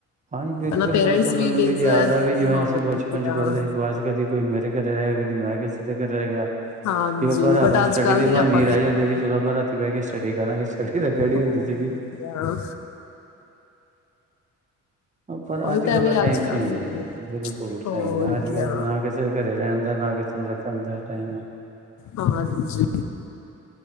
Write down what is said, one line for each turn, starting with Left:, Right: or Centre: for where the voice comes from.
Right: ਹਾਂਜੀ, ਬਿਲਕੁਲ
Left: ਪਹਿਲਾਂ ਪੇਰੈਂਟਸ
Right: ਬਿਲਕੁਲ ਮੈਨੂੰ
Left: ਮੀਨਸ
Right: ਵੀ ਯਾਦ ਆ ਵੀ ਜਿਵੇਂ
Left: ਹੋਰ
Right: ਅਸੀਂ ਬਚਪਨ
Left: ਕਿਆ
Right: ਚ ਪੜ੍ਹਦੇ ਸੀ ਬਾਅਦ ਚ ਕਦੀ ਕੋਈ ਮੇਰੇ ਘਰੇ ਆਇਆ ਕਦੀ ਮੈਂ ਕਿਸੇ ਕਿਤੇ ਰਹਿ ਗਿਆ
Left: ਹਾਂਜੀ
Right: ਜਿਵੇਂ ਆਪਾਂ ਰਾਤ
Left: ਬਟ
Right: ਨੂੰ
Left: ਅੱਜ
Right: ਸਟੱਡੀ
Left: ਕੱਲ
Right: ਦੇ
Left: ਨਹੀਂ
Right: ਬਹਾਨੇ
Left: ਆਪਾਂ ਦੇਖਦੇ
Right: ਰਹਿ ਜਾਂਦੇ ਸੀ। ਚਲੋ ਆਪਾਂ ਰਾਤੀ ਬਹਿ ਕੇ ਸਟੱਡੀ ਕਰਾਂਗੇ, ਸਟੱਡੀ ਦਾ ਕਿਹੜੀ
Left: ਹਾਂ,
Right: ਹੁੰਦੀ
Left: ਹੋਰ
Right: ਸੀਗੀ।
Left: ਕਿਆ।
Right: ਪਰ
Left: ਉਹੀ
Right: ਅੱਜ-ਕੱਲ੍ਹ
Left: ਤਾਂ ਵੀ
Right: ਦਾ ਟਾਈਮ
Left: ਅੱਜ ਕੱਲ
Right: ਚੇਂਜ
Left: ਨਹੀਂ
Right: ਐ, ਬਿਲਕੁਲ
Left: ਹੋਰ
Right: ਟਾਈਮ ਐ ਅੱਜ
Left: ਕਿਆ
Right: ਕੱਲ੍ਹ ਨਾ ਕਿਸੇ ਦੇ ਘਰੇ ਰਹਿਣ ਨਾਂ ਕਿਸੇ ਨੂੰ ਰੱਖਣ ਦਾ ਟਾਈਮ ਐ।
Left: ਹਾਂਜੀ